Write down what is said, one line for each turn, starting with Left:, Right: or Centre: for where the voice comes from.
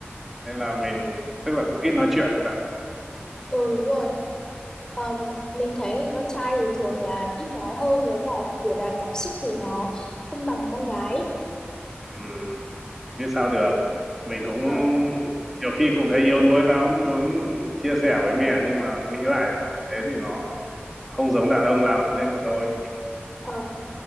Centre: nên là mình tức là cũng ít nói chuyện với bạn
Left: Ừ, đúng rồi. Ờ, mình thấy thì con trai thì thường là ít nói hơn với cả là biểu đạt cảm xúc thì nó không bằng con gái.
Centre: ừ, biết sao được mình cũng
Left: Ờ,
Centre: nhiều khi cũng thấy yếu đuối lắm muốn chia sẻ với mẹ nhưng mà nghĩ lại thế thì nó không giống đàn ông lắm thế là thôi
Left: ờ.